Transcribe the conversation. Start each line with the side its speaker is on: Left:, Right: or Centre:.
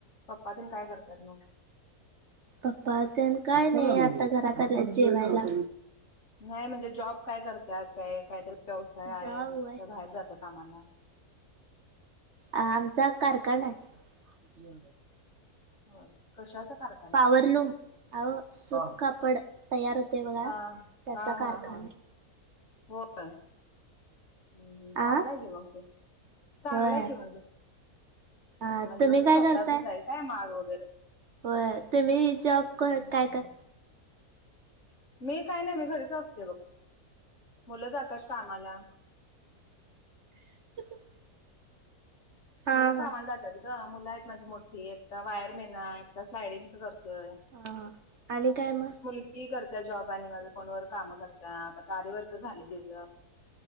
Left: पप्पा तेन काय करत्यात म?
Right: पप्पा तेन काय नाही, आता घरात आल्यात जेवायला.
Left: नाही म्हणजे जॉब काय करत्यात, काय काहीतरी व्यवसाय
Right: जॉब
Left: आहे,
Right: होय
Left: का बाहेर जातात कामाला?
Right: आमचा कारकाना आहे.
Left: होय कशाचा कारखाना
Right: पावरलूम
Left: आहे?
Right: आवं सूत कापड तयार होतय बघा
Left: हा
Right: त्याचा
Left: हा
Right: कारखाना.
Left: हा हा हो का. हूं चांगलय
Right: आ
Left: कि मग ते, चांगलंय
Right: होय
Left: कि म्हनंल.
Right: हा
Left: म्हणजे
Right: तुम्ही
Left: तुमचं
Right: काय
Left: स्वतःचच
Right: करताय
Left: आहे काय माग वगैरे.
Right: होय तुम्ही जॉब करताय
Left: हम्म.
Right: कर
Left: मी काय नाही मी घरीच असते बघ, मुलं जातात कामाला.
Right: <unintelligible> हा
Left: मुलं
Right: हा
Left: कामाला जातात ग मुलं आहेत माझी मोठी एकतां वायरमेन आहे, एकतां स्लायडिंगच करतोय.
Right: हा आणि काय म?
Left: ती करत्या जॉब आणि माझ फोनवर काम करते, आता त आरीवर्क झालय तिच.